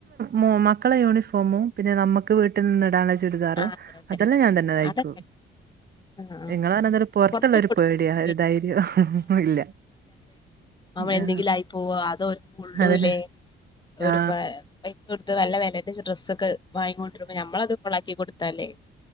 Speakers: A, on the right; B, on the left.
A: മ മക്കളെ യൂണിഫോമും പിന്നെ നമുക്ക് വീട്ടിൽ നിന്ന് ഇടാന്ള്ള ചു ചുരിദാറും
B: ആ അതെ അതെ
A: അതല്ലാം ഞാൻ തന്നെ തയിക്കും
B: അതൊക്കെ ആ ആ
A: ഇങ്ങൾ പറഞ്ഞൊരു പൊറത്തുള്ള
B: പുറത്ത്
A: ഒരു
B: കൊടുക്കും
A: പേടിയ
B: പി-
A: ഒരു ധൈര്യം ഇല്ല
B: അവ എന്തെങ്കിലും
A: ആ,
B: ആയി പോവോ അതോ ഓര്ക്ക് കൊള്ളില്ലേ
A: അതന്നെ.
B: ഒരു
A: ആ,
B: പൈസ കൊടുത്ത് നല്ല വിലന്റെ ഡ്രസ്സ ഒക്കെ വാങ്ങിക്കൊണ്ടിരുമ്പോ നമ്മളത് കൊളാക്കി കൊടുത്താലെ